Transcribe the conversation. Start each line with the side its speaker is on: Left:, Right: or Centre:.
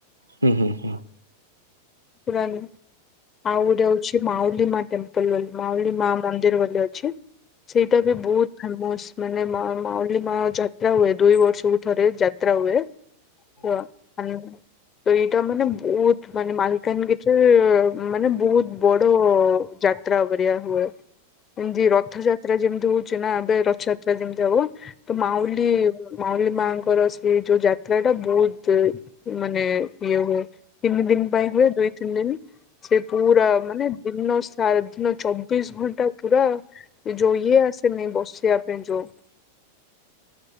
Right: ହୁଁ ହୁଁ ହୁଁ।
Left: <unintelligible> ଆଉ ଗୋଟେ ଅଉଛି ମାଉଲି ମା ଟେମ୍ପଲ ବୋଲି ମାଉଲି ମା ମନ୍ଦିର ବୋଲି ଅଛି। ସେଇଟା ବି ବହୁତ ଫ ମାନେ ମା ମା ଯାତ୍ରା ହୁଏ ଦୁଇ ବର୍ଷ ଥରେ ଯାତ୍ରା ହୁଏ, ତ ତ ଏଇଟା ମାନେ ବହୁତ ମାନେ ମାଲକାନଗିରିରେ ମାନେ ବହୁତ ବଡ ଯାତ୍ରା ପରିଆ ହୁଏ। ଏମତି ରଥଯାତ୍ରା ଯେମତି ହଉଛି ନା ଏବେ ରଥଯାତ୍ରା ଯେମିତି ହବ ତ ମାଉଲି ମାଉଲି ମା। ଙ୍କର ସେ ଯୋଉ ଯାତ୍ରା ଟା ବହୁତ ମାନେ ଇଏ ହୁଏ। ତିନି ଦିନ ପାଇଁ ହୁଏ। ଦୁଇ ତିନି ଦିନ ସେ ପୁରା ମାନେ ଦିନ ଚାରା ଦିନ ଚବିଶ ଘଣ୍ଟା ପୁରା ଏ ଯୋଉ ଇଏ ଆସେନି ବସିବା ପାଇଁ ଯୋଉ